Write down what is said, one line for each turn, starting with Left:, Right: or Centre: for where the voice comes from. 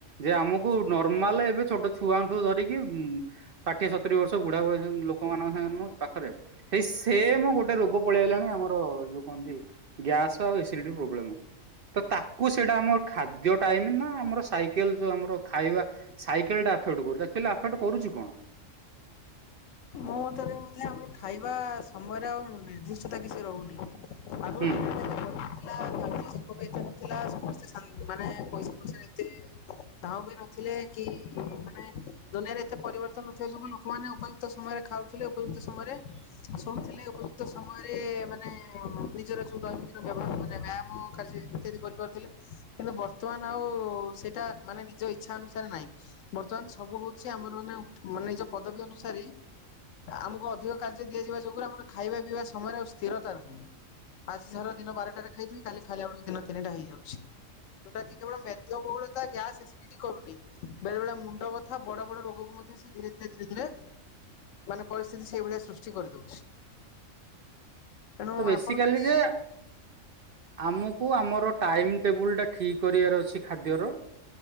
Right: ଯେ ଆମକୁ ନର୍ମାଲ ଏବେ ଛୋଟ ଛୁଆ ଠୁ ଧରିକି ଷାଠିଏ ସତୁରି ବର୍ଷ ବୁଢା ବୟସ ଲୋକମାନଙ୍କ ସାଙ୍ଗ ନୁହଁ କି ପାଖରେ ସେଇ ସେମ ଗୋଟେ ରୋଗ ପଳେଇଲାଣି ଆମର ଯୋଉ କହନ୍ତି ଗ୍ୟାସ ଆଉ ଏସିଡି ପ୍ରୋବ୍ଲେମ ତ ତାକୁ ସେଇଟା ଆମର ଖାଦ୍ୟ ଟାଇମ ନା ଆମର ସାଇକେଲ ଯଉ ଆମର ଖାଇବା ସାଇେଲଟା ଆଫେକ୍ଟ କରୁଛି ଆକଚୁଆଲି ଅଫେକ୍ଟ କରୁଛି କଣ
Left: ମୋ ମତରେ ବୋଧ ଆମର ଖାଇବା ସମୟରେ ଆଉ ନିର୍ଦ୍ଦିଷ୍ଟତା କିଛି ରହୁନି ଆଗରୁ
Right: ହୁଁ
Left: ଥିଲା କାର୍ଯ୍ୟ ବି <unintelligible> ଏତେ ନଥିଲା ସମସ୍ତେ ମାନେ ପଇସା ପଇସାରେ ଏତେ ଦାଉ ବି ନଥିଲେ କି ମାନେ ଦୁନିଆରେ ଏତେ ପରିବର୍ତନ ନଥିବା ଯୋଗୁ ଲୋକମାନେ ଅବା କ୍ତ ସମୟରେ ଖାଉଥିଲେ ଉପଯୁକ୍ତ ସମୟରେ ଶୋଉଥିଲେ ଉପଯୁକ୍ତ ସମୟରେ ମାନେ ନିଜର ଯୋଉ <unintelligible> ବ୍ୟବହାର ବ୍ୟାମ <inaudible> କାର୍ଯ୍ୟ ଇତ୍ୟାଦି କରିପାରୁଥିଲେ କିନ୍ତୁ ବର୍ତ୍ତମାନ ଆଉ ସେଇଟା ମାନେ ନିଜ ଇଛା ଅନୁସାରେ ନାହିଁ ବର୍ତ୍ତମାନ ସବୁ ହଉଛି ଆମର ମାନେ ମାନେ ନିଜ ପଦବୀ ଅନୁସାରେ ଆମକୁ ଅଧିକ କାର୍ଯ୍ୟ ଦିଆଯିବା ଯୋଗୁରୁ ଆମର ଖାଇବା ପିଇବା ସମୟରେ ଆଉ ସ୍ଥିରତା ରହୁନି ଆଜି ଝର ଦିନ ବାରଟାରେ ଖାଇଥିବି କାଲି ଖାଲି ବେଳକୁ ଦିନ ତିନିଟା ହେଇଯାଉଛି ଯୋଉଟା କି କେବଳ ମେଦବହୁଳତା ଗ୍ୟାସ୍ ଏସିଡିଟି କରୁନି ବେଳେ ବେଳେ ମୁଣ୍ଡ ବଥା ବଡ ବଡ ରୋଗକୁ ମଧ୍ୟ ସେ ଧୀରେ ଧୀରେ ଧୀରେ ଧୀରେ ମାନେ ପରିସ୍ଥିତି ସେଇଭଳିଆ ସୃଷ୍ଟି କରିଦଉଛି ତେଣୁ
Right: ତ ବେସିକାଲି
Left: ଆପଣ ଯଦି
Right: ଯେ ଆମକୁ ଆମର ର ଟାଇମ ଟେବୁଲ ଟା ଠିକ କରିବାର ଅଛି ଖାଦ୍ୟର